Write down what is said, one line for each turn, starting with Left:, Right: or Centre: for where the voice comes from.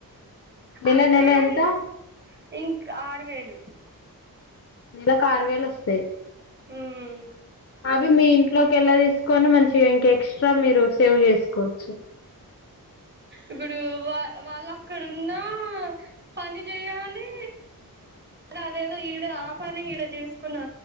Left: నెల
Right: అక్కడయి
Left: నెల ఎంత
Right: ఇంకా ఆరు వేలు
Left: నెలకి ఆరు వేలు వస్తాయి
Right: ఉమ్
Left: అవి మీ ఇంట్లోకి ఎలా తీసుకొని మంచి ఇంకా ఎక్స్ట్రా మీరు సేవ్ చేసుకోవచ్చు
Right: ఇప్పుడు వా వాళ్ళు అక్కడ ఉన్న పని చెయాలి అదేదో ఈడ ఆపనే ఈడ చేసుకున్నా